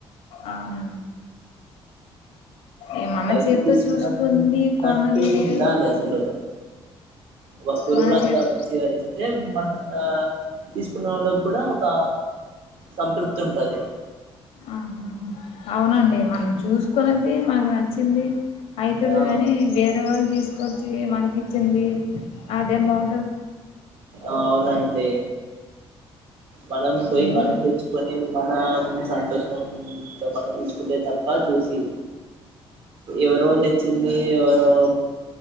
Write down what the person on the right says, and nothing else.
పైసలు
తీసుకున్నట్టున్నట్టు
ఉండాలి అసలు వస్తువులు
కూడా అంత
మంచిగా ఇస్తే మన ఆ తీసుకున్న వాళ్ళకి కూడా ఒక సంతృప్తి ఉంటది
ఆ
అవునండి మనం
పోయి మనం తెచ్చుకొని మన సంతోషంతో మనం తీసుకుంటే తప్ప చూసి ఎవరో తెచ్చింది ఎవరో